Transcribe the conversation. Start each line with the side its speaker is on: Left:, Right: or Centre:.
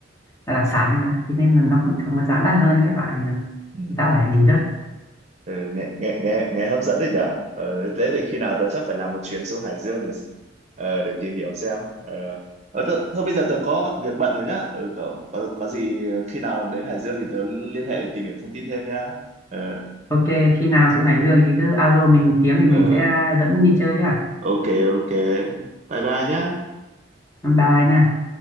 Left: là đặc sản như vậy thế nên là nó cũng thường là giá đắt hơn các loại à,
Right: Ừ.
Left: giá vải bình dân
Right: Ừ, nghe, nghe nghe nghe hấp dẫn đấy nhở ờ, thế thì khi nào tớ chắc phải làm một chuyến xuống Hải Dương để s- ờ, để tìm hiểu xem ờ, ờ, tớ, thôi bây giờ tớ có việc bận rồi nhá ừ, cậu có, có gì khi nào đến Hải Dương thì tớ liên hệ để tìm hiểu thông tin thêm nhá ờ,
Left: ok khi nào xuống Hải Dương thì cứ alo mình tiếng thì mình
Right: ờ,
Left: sẽ dẫn đi chơi nhá
Right: ok ok bye bye nhá
Left: bye bye nha